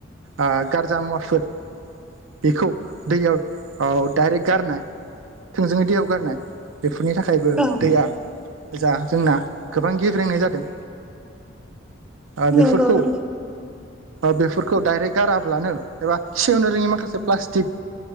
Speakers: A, on the right; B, in the centre.
A: ओ गारजा मुवाफोर बेखौ दैयाव औ दडाइरेक्ट गारनाय थोंजोङै दैयाव गारनाय बेफोरनि थाखायबो
B: औ
A: दैया जा जोंना गोबां गेब्रेंनाय जादों। ओ
B: नंगौ
A: बेफोरखौ
B: नंगौ
A: बेफोरखौ डायरेक्ट गाराब्लानो एबा सेवनो रोङि माखासे प्लास्टिक